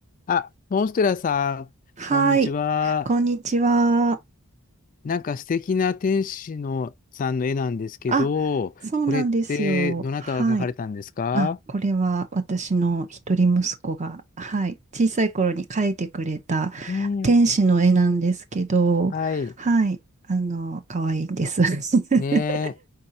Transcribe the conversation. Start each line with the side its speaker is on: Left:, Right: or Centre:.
Left: あ、モンステラさん、
Right: はい。
Left: こんにちは。
Right: こんにちは。
Left: なんか素敵な天使のさんの絵なんですけど、
Right: あ、そうなんですよ。
Left: これってどなたが描かれたんですか
Right: はい。あ、これは私の一人息子が、はい。小さい頃に描いてくれた
Left: うん。
Right: 天使の絵なんですけど、
Left: はい。
Right: はい。あの、可愛いんです。<laughs>
Left: ねえ。